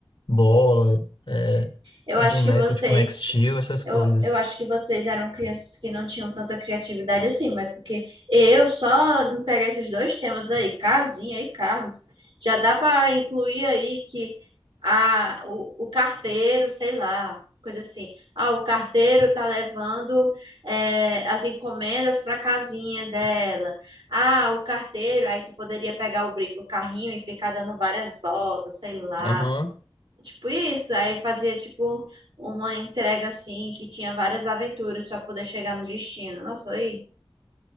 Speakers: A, on the left; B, on the right.
A: bola, é,
B: Eu
A: boneco
B: acho que vocês.
A: tipo Max Steel, essas
B: Eu,
A: coisas.
B: eu acho que vocês eram crianças que não tinham tanta criatividade assim, mas porque eu só em pegar esses dois temas aí, casinha e carros, já dá para incluir aí que a, o, o carteiro, sei lá, coisa assim. Ah, o carteiro tá levando é, as encomendas para casinha dela. Ah, o carteiro, aí tu poderia pegar o, bri- o carrinho e ficar dando várias voltas, sei lá.
A: Aham.
B: Tipo isso, aí fazia tipo uma entrega assim que tinha várias aventuras para poder chegar no destino. Nossa, aí.